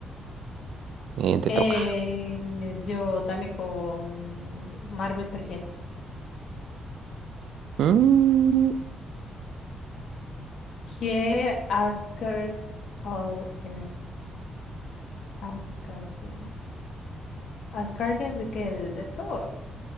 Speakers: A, on the right (about 80°); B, on the left (about 65°).
A: Eh, te
B: Eh,
A: toca.
B: yo dale con Marvel trescientos.
A: Mm,
B: ¿Qué Asgard's Call eh, Asgardians? ¿Asgardians de qué? ¿De, de Thor?